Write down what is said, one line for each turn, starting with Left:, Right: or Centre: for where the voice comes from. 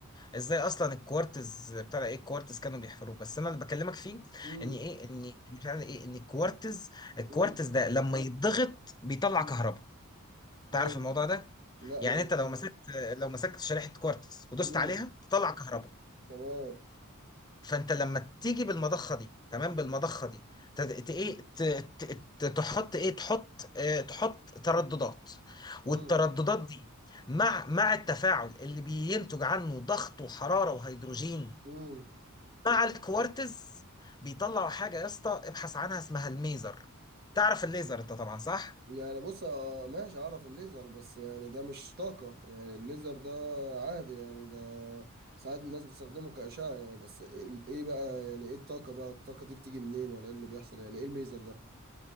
Left: ازاي اصلا الكوارتز بتاع ايه الكوارتز كانوا بيحفروه بس انا اللي بكلمك فيه
Right: امم
Left: ان ايه ان ان فعلا ايه ان الكوارتز الكوارتز
Right: امم
Left: ده لما يتضغط بيطلع
Right: امم
Left: كهرباء تعرف
Right: حلو
Left: الموضوع ده
Right: لا
Left: يعني
Right: ما يعرفش
Left: انت لو مسكت لو مسكت شريحة كوارتز ودوست
Right: امم
Left: عليها تطلع كهرباء
Right: تمام
Left: فانت لما تيجي بالمضخه دي تمام بالمضخه دي ت- ت- ايه ت- ت- ت- تحط ايه تحط آه، تحط ترددات
Right: امم
Left: والترددات دي مع مع التفاعل اللي بينتج عنه ضغط وحراره وهيدروجين
Right: امم
Left: مع الكوارتز بيطلعوا حاجه يا اسطى ابحث عنها اسمها الميزر تعرف الليزر انت طبعا صح
Right: يعني بص آه، ماشي اعرف الليزر بس يعني ده مش طاقة يعني الليزر ده عادي يعني ده ساعات الناس بتستخدمه كأشعة يعني بس ال- ايه بقى يعني ايه الطاقة بقى الطاقة دي بتيجي منين ولا ايه اللي بيحصل يعني ايه الميزر ده